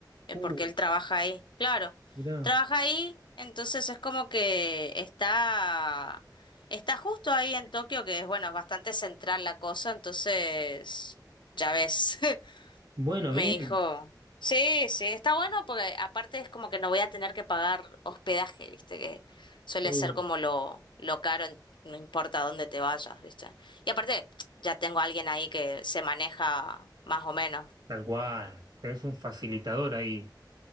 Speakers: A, on the left; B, on the right.
A: eh,
B: uh,
A: porque él trabaja ahí, claro,
B: mirá.
A: trabaja ahí, entonces es como que está, está justo ahí en Tokio, que es, bueno, es bastante central la cosa, entonces, ya ves. <laughs>
B: Bueno,
A: Me
B: bien.
A: dijo, sí, sí, está bueno porque aparte es como que no voy a tener que pagar hospedaje, ¿viste? Que suele
B: Uh.
A: ser como lo, lo caro, en- no importa dónde te vayas, ¿viste? Y aparte, ya tengo a alguien ahí que se maneja más o menos.
B: Tal cual, tenés un facilitador ahí.